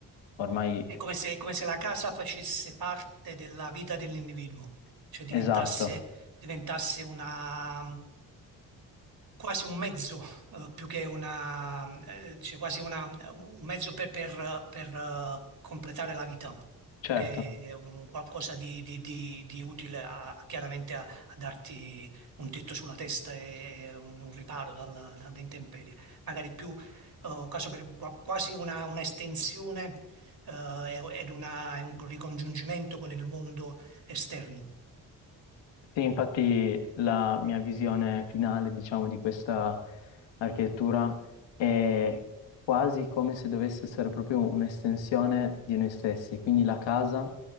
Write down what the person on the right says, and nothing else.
È come se, è come se la casa facesse parte della vita dell'individuo, cioè diventasse,
diventasse una, quasi un mezzo, eh, più che una, eh, cioè quasi una- un mezzo per, per- per, eh, completare la vita,
più che un qualcosa di, di- di- di utile a, chiaramente a, a darti un tetto sulla testa e un, un riparo dalla- dalle intemperie, magari più eh, quasi per- quasi una una estensione eh, ed una- è un ricongiungimento con il mondo esterno.